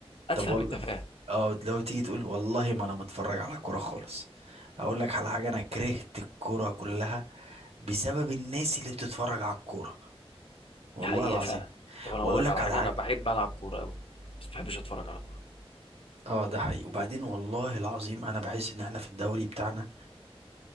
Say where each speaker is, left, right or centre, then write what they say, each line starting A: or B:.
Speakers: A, on the left; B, on the right.
A: اتفهم
B: طب والله
A: التفاهه
B: اه لو تيجي تقول والله ما انا متفرج على كورة خالص اقول لك على حاجة انا كرهت الكورة كلها بسبب الناس اللي بتتفرج على الكورة والله
A: دي حقيقه
B: العظيم
A: فعلا طب انا
B: واقول
A: اقول لك
B: لك
A: على
B: على
A: حاجه
B: حاجة
A: انا بحب العب كوره قوي بس ما بحبش اتفرج على كوره
B: اه ده حقيقي وبعدين والله العظيم انا بحس ان احنا في الدوري بتاعنا